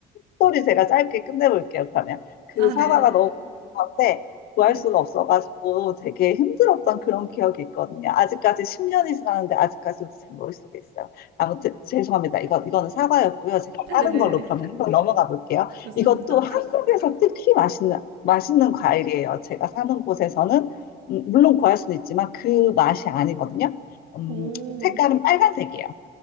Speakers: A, on the left; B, on the right.
A: 스토리 제가 짧게 끝내볼게요, 그러면. 그
B: 아,
A: 사과가
B: 네.
A: 너무 한데 구할
B: 네.
A: 수가 없어가지고 되게 힘들었던 그런 기억이 있거든요. 아직까지 10년이 지났는데 아직까지도 제 머릿속에 있어요. 아무튼 죄송합니다. 이거, 이거는 사과였고요. 제가
B: 네네네.
A: 다른 걸로 그러면 한번 넘어가 볼게요.
B: 좋습니다.
A: 이것도 한국에서 특히 맛있는, 맛있는 과일이에요. 제가 사는 곳에서는 음, 물론 구할 수는 있지만 그 맛이 아니거든요. 음,
B: 오,
A: 색깔은 빨간색이에요.